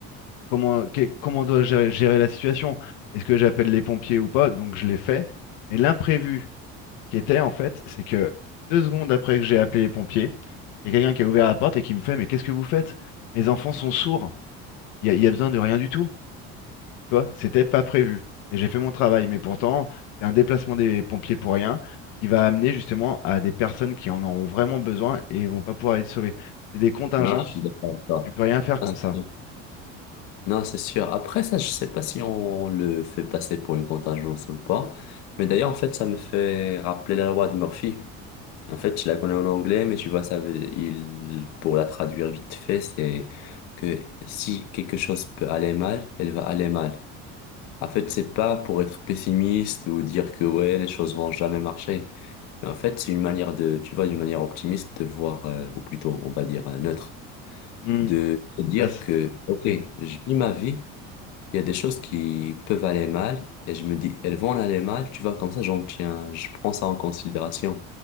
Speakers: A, on the left; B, on the left.
A: comment, qu'est- comment dois-je gérer, gérer la situation? Est-ce que j'appelle les pompiers ou pas? Donc je l'ai fait. Mais l'imprévu qui était en fait, c'est que deux secondes après que j'ai appelé les pompiers, il y a quelqu'un qui a ouvert la porte et qui me fait, Mais qu'est-ce que vous faites? Mes enfants sont sourds. Il y a, il y a besoin de rien du tout. Tu vois, c'était pas prévu. Mais j'ai fait mon travail. Mais pourtant, c'est un déplacement des pompiers pour rien qui va amener justement à des personnes qui en auront vraiment besoin et vont pas pouvoir être sauvées. C'est des contingences,
B: Non, je suis d'accord avec toi.
A: tu peux rien faire contre
B: Ah, c'est
A: ça.
B: sûr. Non, c'est sûr. Après, ça, je sais pas si on le fait passer pour une contingence ou pas. Mais d'ailleurs, en fait, ça me fait rappeler la loi de Murphy. En fait, je la connais en anglais, mais tu vois, ça veut, il, pour la traduire vite fait, c'est que si quelque chose peut aller mal, elle va aller mal. En fait, c'est pas pour être pessimiste ou dire que ouais, les choses vont jamais marcher. Mais en fait, c'est une manière de, tu vois, d'une manière optimiste de voir, euh, ou plutôt, on va dire, euh, neutre,
A: Hmm.
B: de se dire
A: Ça, c'est-
B: que, ok,
A: oui,
B: je vis ma vie, il y a des choses qui peuvent aller mal, et je me dis, elles vont aller mal, tu vois, comme ça, j'en tiens, je prends ça en considération.